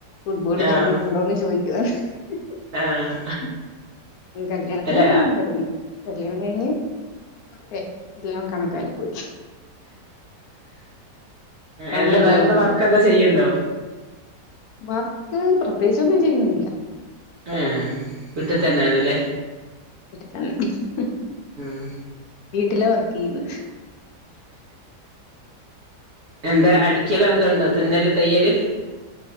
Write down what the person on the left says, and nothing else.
ഫുട്ബോൾ
കാണുന്നുണ്ടോന്ന് ചോയ് <unintelligible>
കല്യാണത്തിന്
മുമ്പ് കാണുവാരുന്നു കല്യാണം കഴിഞ്ഞ് ഓക്കെ എല്ലാം കണക്കായി പോയി. സമയല്ലല്ലോ
വർക്ക് പ്രത്യേകി ച്ച് ഒന്നും ചെയ്യുന്നില്ല.
എടുത്ത <unintelligible>
വീട്ടിലെ വർക്ക് ചെയ്യുന്നു